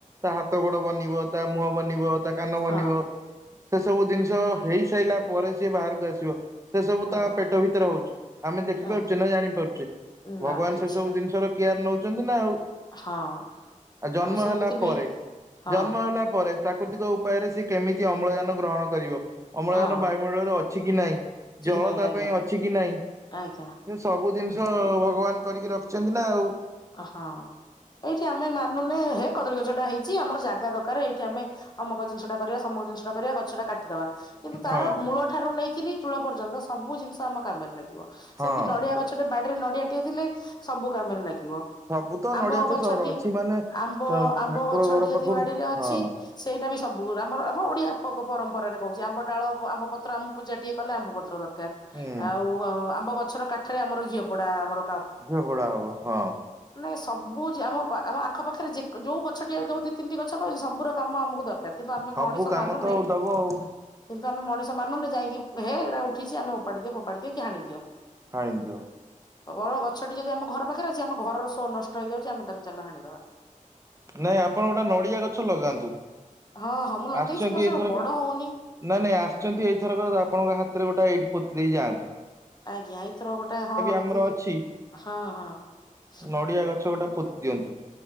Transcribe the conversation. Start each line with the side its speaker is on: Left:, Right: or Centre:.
Right: ତା ହାତ ଗୋଡ ବନିବ। ତା ମୁହଁ ବନିବ। ତା କାନ ବନିବ।
Left: ହଁ
Right: ସେ ସବୁ ଜିନିଷ ହେଇ ସାରିଲା ପରେ ସେ ବାହାରକୁ ଆସିବ। ସେ ସବୁ
Left: ଆଜ୍ଞା
Right: ତା ପେଟ ଭିତରେ ହଉଛି, ଆମେ ଦେଖିପାରୁଛେ
Left: ଆଜ୍ଞା
Right: ନା ଜାଣିପାରୁଛେ? ଭଗବାନ
Left: ନା କିଛି
Right: ସେ ସବୁ
Left: ନାହିଁ।
Right: ଜିନିଷର କିଏ ନେଉଛନ୍ତି ନା ଆଉ।
Left: ହଁ
Right: ଆ ଜନ୍ମ
Left: ଆଉ ସେମିତି
Right: ହେଲା
Left: ବି
Right: ପରେ
Left: ହଁ
Right: ଜନ୍ମ ହେଲା ପରେ ପ୍ରାକୃତିକ ଉପାୟରେ ସେ କେମିତି ଅମ୍ଳଜାନ ଗ୍ରହଣ କରିବ ଅମ୍ଳଜାନ
Left: ହଁ
Right: ବାୟୁମଣ୍ଡଳରେ ଅଛି କି ନାହିଁ
Left: ଅଛି
Right: ଜଳ
Left: କି ନାଇଁ
Right: ତା
Left: ଆଜ୍ଞା
Right: ପାଇଁ ଅଛି କି ନାହିଁ
Left: ଆଜ୍ଞା
Right: ସେ ସବୁ ଜିନିଷ ଭଗବାନ କରିକି ରଖିଛନ୍ତି ନା ଆଉ।
Left: ହଁ ଏଇଠି ଆମେ ମାନୁନେ ହେ କଦଳୀ ଗଛ ଟା ହେଇଛି ଆମର ଜାଗା ଦରକାର ଏଇଠି ଆମେ ଅମୁକ ଜିନିଷ ଟା କରିବା ସମକ ଜିନିଷଟା କରିବା ଗଛଟା କାଟିଦବା। କିନ୍ତୁ ତାର
Right: ହଁ
Left: ମୂଳଠାରୁ ନେଇକି କିରି ଚୂଳ ପର୍ଯ୍ୟନ୍ତ ସବୁ ଜିନିଷ ଆମ କାମରେ ଲାଗିବ।
Right: ହଁ।
Left: ସେମିତି ନଡିଆ ଗଛଟେ ବାଡି ରେ ନଡିଆଟିଏ ଥିଲେ ସବୁ କାମରେ ଲାଗିବ।
Right: ସବୁ ତ
Left: ଆମ୍ବ
Right: ନଡିଆ ତ
Left: ଗଛଟି
Right: ସହର ଅଛି ମାନେ
Left: ଆମ୍ବ
Right: ତ
Left: ଆମ୍ବ
Right: ଠାକୁର
Left: ଗଛଟି
Right: ଘର
Left: ଯଦି
Right: ପାଖରୁ
Left: ବାଡିରେ ଅଛି
Right: ହଁ
Left: ସେଇଟା ବି ସବୁ ଆମର ଆମ ଓଡ଼ିଆ ପରମ୍ପରାରେ କହୁଛି ଆମ୍ବ ଡାଳ ଆମ୍ବପତ୍ର ଆମ ପୂଜାଟିଏ କଲେ ଆମ୍ବପତ୍ର ଦରକାର କାର
Right: ହୁଁ
Left: ଆଉ ଆମ୍ ବ ଗଛର କାଠରେ ଆମର ଘିଅ ପୋଡା ଆମର
Right: ଘିଅ ପୋଡ଼ା ହବ ହଁ।
Left: ଏ ସବୁ ଯେ ଆମ ଆମ ଆଖପାଖରେ ଯେ ଯୋଉ ଗଛଟିଏ ଯୋଉ ଦି ତିନିଟି ଗଛ କହିଲେ ସବୁର କାମ ଆମୁକୁ ଦରକାର। କିନ୍ତୁ ଆମେ
Right: ସବୁ
Left: ମଣିଷ
Right: କାମ
Left: ମାନୁନେ
Right: ତ ଦବ ଆଉ
Left: କିନ୍ତୁ ଆମେ ମଣି ଷ ମାନୁନେ ଯାଇକି ହେ ହେଟା ଉଠିଚି ଆମେ ଓପାଡି ଦିଅ ଫୋପାଡ଼ି ଦିଅ କି ହାଣି ଦିଅ।
Right: ହାଣିଦିଅ।
Left: ଅ ବର ଗଛଟି ଯଦି ଆମ ଘର ପାଖରେ ଅଛି ଆମ ଘରର ଶୋ ନଷ୍ଟ ହେଇଯାଉଚି ଆମେ ତାକୁ ଚାଲ ହାଣି ଦବା।
Right: ନାଇଁ ଆପଣ ଗୋଟେ ନଡ଼ିଆ ଗଛ ଲଗାନ୍ତୁ।
Left: ହଁ ହଁ ମୁଁ ଲଗେଇଛି
Right: ଆସଚନ୍ତି
Left: ମୋର
Right: ଏଇଥରକ
Left: ସେ ବଡ ହଉନି
Right: ନାଁ ନାଇଁ ଆସିଚନ୍ତି ଏଇଥରକ ଆପଣଙ୍କ ହା ତିରେ ଗୋଟେ ଏଇଟି ପୋତି ଦେଇକି ଯାନ୍ତୁ।
Left: ଆଜ୍ଞା ଏଇଥର ଗୋଟେ ହଁ
Right: ଆମର
Left: ଯଦି
Right: ଅଛି
Left: ହଁ ହଁ।
Right: ନଡିଆ ଗଛ ଗୋଟେ ପୋତି ଦିଅନ୍ତୁ।